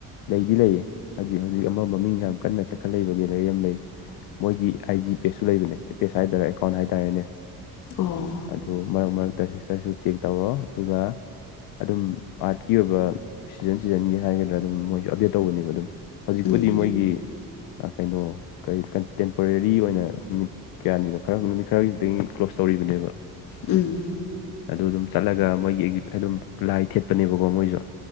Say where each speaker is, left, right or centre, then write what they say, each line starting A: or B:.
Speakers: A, on the left (about 80°); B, on the left (about 65°).
A: ꯂꯩꯗꯤ ꯂꯩꯌꯦ ꯍꯧꯖꯤꯛ ꯍꯧꯖꯤꯛ ꯑꯃ ꯃꯃꯤꯡ ꯌꯥꯝ ꯀꯟꯅ ꯆꯠꯈꯠ ꯂꯩꯕꯒꯤꯦ ꯂꯩꯥꯏꯔꯤ ꯌꯥꯝ ꯂꯩ ꯃꯣꯏꯒꯤ ꯑꯥꯏ ꯖꯤ ꯄꯦꯁꯨ ꯂꯩꯕꯅꯦ ꯑꯦ ꯄꯦꯁ ꯍꯥꯏꯗꯔꯥ ꯑꯦꯀꯥꯎꯟ ꯍꯥꯏꯇꯥꯔꯦꯅꯦ
B: ꯑꯣ
A: ꯑꯗꯨ ꯃꯔꯛ ꯃꯔꯛꯇ ꯁꯤꯁꯇꯔꯁꯨ ꯆꯦꯛ ꯇꯧꯔꯣ ꯑꯗꯨꯒ ꯑꯗꯨꯝ ꯑꯥꯔꯠꯀꯤ ꯑꯣꯏꯕ ꯁꯤꯖꯟ ꯁꯤꯖꯟꯒꯤ ꯍꯥꯏꯒꯗ꯭ꯔꯥ ꯑꯗꯨꯝ ꯃꯣꯏꯁꯨ ꯑꯞꯗꯦꯠ ꯇꯧꯕꯅꯦꯕ ꯑꯗꯨꯝ ꯍꯧꯖꯤꯛꯄꯨꯗꯤ
B: ꯎꯝ
A: ꯃꯣꯏꯒꯤ ꯀꯩꯅꯣ ꯀꯔꯤ ꯀꯟꯇꯦꯝꯄꯔꯔꯤ ꯑꯣꯏꯅ ꯀꯌꯥꯅꯤꯅꯣ ꯈꯔ ꯅꯨꯃꯤꯠ ꯈꯔꯒꯤ ꯈꯛꯇꯪ ꯀ꯭ꯂꯣꯖ ꯇꯧꯔꯤꯕꯅꯦꯕ
B: ꯎꯝ
A: ꯑꯗꯨ ꯑꯗꯨꯝ ꯆꯠꯂꯒ ꯃꯣꯏꯒꯤ ꯑꯗꯨꯝ ꯂꯥꯏ ꯊꯦꯠꯄꯅꯦꯕꯀꯣ ꯃꯣꯏꯁꯨ